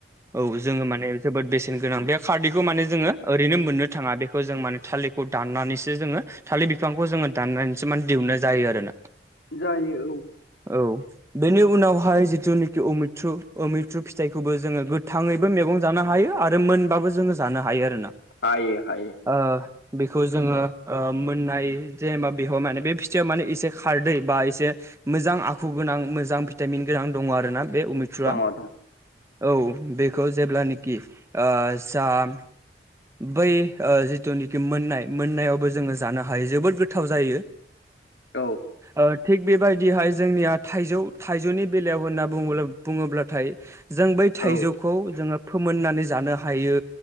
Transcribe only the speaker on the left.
जायो औ
हाय हाय।
दङ दं
औ
औ